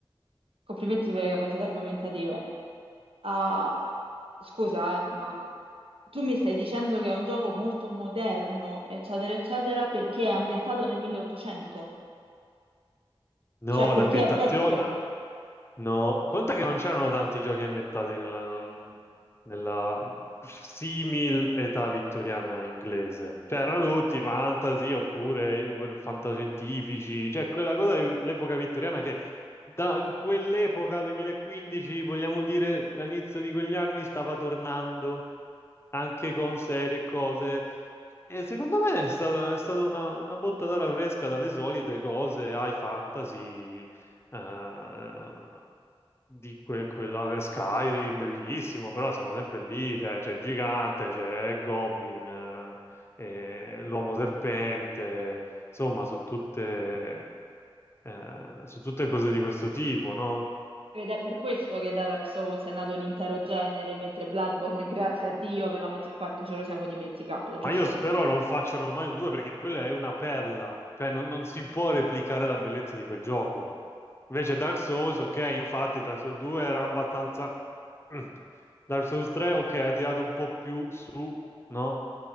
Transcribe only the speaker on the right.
complimenti per le capacità argomentative. Ah, scusa, eh, ma tu mi stai dicendo che è un gioco molto moderno, eccetera, eccetera, perché è ambientato nel 1800?
Cioè, perché
è vecchio?
Ed è per questo che da Dark Souls è nato un intero genere, mentre Bloodborne, grazie a Dio, per la maggior parte ce lo siamo dimenticato, giusto?